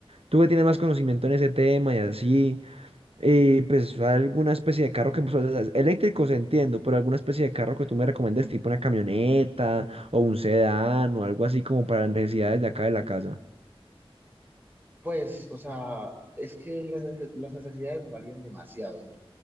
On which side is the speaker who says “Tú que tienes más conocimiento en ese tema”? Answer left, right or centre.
Right